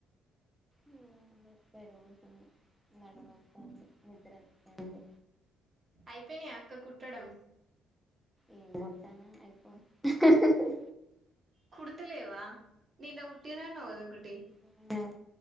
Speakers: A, in the centre; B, on the right (about 30°).
A: ఇంకా ఏం చెప్పాలి ఇంకా నడుము నొప్పిగా ఉంది నిద్ర వస్తుంది.
B: అయిపోనయా అక్క కుట్టడం.
A: ఏం కుడతాను అయిపోయింది హుహుహు
B: కుడుతలేవా నిన్న కుట్టిన అన్నావు కదా ఒకటి
A: అవు <unintelligible>